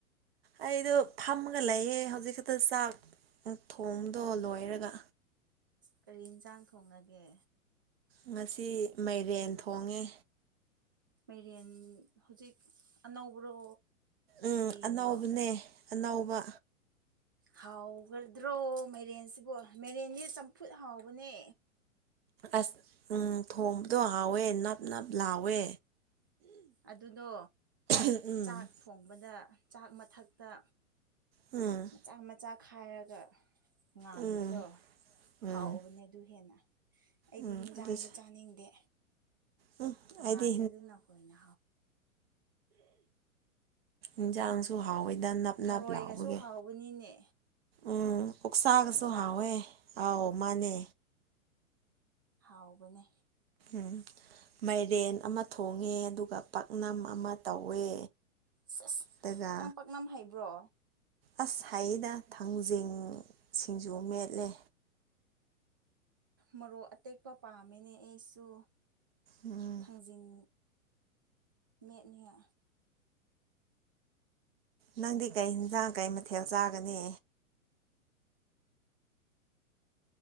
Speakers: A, on the right; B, on the right.
A: ꯑꯩꯗꯣ ꯐꯝꯃꯒ ꯂꯩꯌꯦ ꯍꯧꯖꯤꯛ ꯈꯛꯇ ꯆꯥꯛ ꯊꯣꯗꯣ ꯂꯣꯏꯔꯒ
B: ꯀꯔꯤ ꯌꯦꯟꯁꯥꯡ ꯊꯣꯡꯉꯒꯦ
A: ꯉꯁꯤ ꯃꯥꯏꯔꯦꯟ ꯊꯣꯡꯉꯦ
B: ꯃꯦꯔꯤꯦꯟ ꯍꯧꯖꯤꯛ ꯑꯅꯧꯕ꯭ꯔꯣ
A: ꯎꯝ
B: ꯂꯤꯕ꯭ꯔꯣ
A: ꯑꯅꯧꯕꯅꯦ ꯑꯅꯧꯕ
B: ꯍꯥꯎꯒꯗ꯭ꯔꯣ ꯃꯦꯔꯦꯟꯁꯤꯕꯨ ꯃꯦꯔꯦꯟꯁ ꯆꯝꯐꯨꯠ ꯍꯥꯎꯕꯅꯦ
A: ꯑꯁ ꯎ ꯊꯣꯡꯕꯗꯣ ꯍꯥꯎꯋꯦ ꯅꯞ ꯅꯞ ꯂꯥꯎꯋꯦ
B: ꯑꯗꯨꯗꯣ
A: ꯎꯝ
B: ꯆꯥꯛ ꯊꯣꯡꯕꯗ ꯆꯥꯛ ꯃꯊꯛꯇ
A: ꯎꯝ
B: ꯃꯆꯥ ꯃꯆꯥ ꯈꯥꯏꯔꯒ ꯉꯥꯟꯕꯗꯣ
A: ꯎꯝ ꯎꯝ
B: ꯍꯥꯎꯕꯅꯦ ꯑꯗꯨ ꯍꯦꯟꯅ ꯑꯩꯗꯤ
A: ꯎꯝ
B: ꯌꯦꯟꯁꯥꯡꯗꯤ
A: ꯑꯗꯨꯁꯨ
B: ꯆꯥꯅꯤꯡꯗꯦ
A: ꯎꯝ
B: ꯉꯥꯟꯕꯗꯨ
A: ꯑꯩꯗꯤ
B: ꯅꯈꯣꯏꯅ
A: ꯏꯟꯁꯥꯡꯁꯨ ꯍꯥꯎꯋꯦ ꯗ ꯅꯞ
B: ꯊꯔꯣꯏꯒꯁꯨ
A: ꯅꯞ ꯂꯥꯎꯕꯒꯦ
B: ꯍꯥꯎꯕꯅꯤꯅꯦ
A: ꯎꯝ ꯑꯣꯛꯁꯥꯒꯁꯨ
B: ꯅꯠꯇ꯭ꯔꯥ
A: ꯍꯥꯎꯋꯦ ꯑꯥꯎ ꯃꯥꯅꯦ
B: ꯍꯥꯎꯕꯅꯦ
A: ꯎꯝ ꯃꯥꯏꯔꯦꯟ ꯑꯃ ꯊꯣꯡꯉꯦ ꯑꯗꯨꯒ ꯄꯥꯛꯅꯝ ꯑꯃ ꯇꯧꯋꯦ
B: ꯁꯁ
A: ꯑꯗꯨꯒ
B: ꯅꯪ ꯄꯥꯛꯅꯝ ꯍꯩꯕ꯭ꯔꯣ
A: ꯑꯁ ꯍꯥꯏꯌꯦꯗ ꯊꯥꯡꯖꯤꯡ ꯁꯤꯡꯖꯨ ꯃꯦꯠꯂꯦ
B: ꯃꯔꯣꯛ ꯑꯇꯦꯛꯄ ꯄꯥꯝꯃꯤꯅꯦ ꯑꯩꯁꯨ
A: ꯎꯝ
B: ꯊꯥꯡꯖꯤꯟ ꯃꯅꯌꯥ
A: ꯅꯪꯗꯤ ꯀꯩ ꯌꯦꯟꯁꯥꯡ ꯀꯩ ꯃꯊꯦꯜ ꯆꯥꯒꯅꯤ